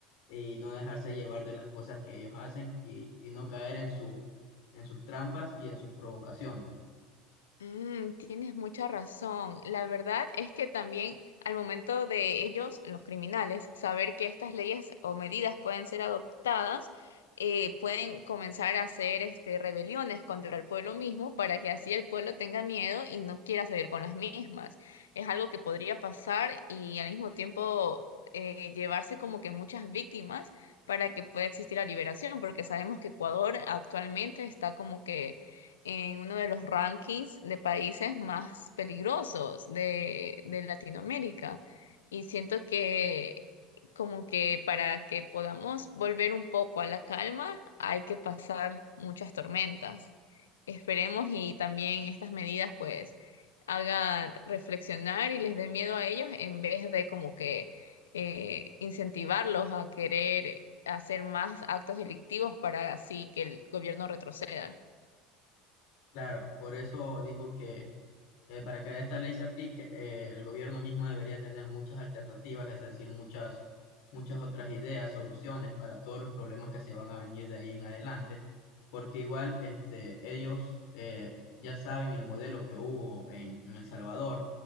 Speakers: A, on the left (about 70°); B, on the left (about 85°).
A: y no dejarse llevar de las cosas que ellos hacen y, y no caer en su, en sus trampas y en sus provocaciones.
B: Mm, tienes mucha razón. La verdad es que también al momento de ellos, los criminales, saber que estas leyes o medidas pueden ser adoptadas, eh, pueden comenzar a hacer este, rebeliones contra el pueblo mismo para que así el pueblo tenga miedo y no quiera salir con las mismas. Es algo que podría pasar y al mismo tiempo eh, llevarse como que muchas víctimas para que pueda existir la liberación, porque sabemos que Ecuador actualmente está como que en uno de los rankings de países más peligrosos de, de Latinoamérica. Y siento que como que para que podamos volver un poco a la calma hay que pasar muchas tormentas. Esperemos y también estas medidas pues hagan reflexionar y les dé miedo a ellos en vez de como que eh, incentivarlos a querer hacer más actos delictivos para así que el gobierno retroceda.
A: Claro, por eso digo que Eh, para que esta ley se aplique, eh, el gobierno mismo debería tener muchas alternativas, es decir, muchas, muchas otras ideas, soluciones para todos los problemas que se van a venir de ahí en adelante, porque igual este, ellos eh, ya saben el modelo que hubo en, en El Salvador.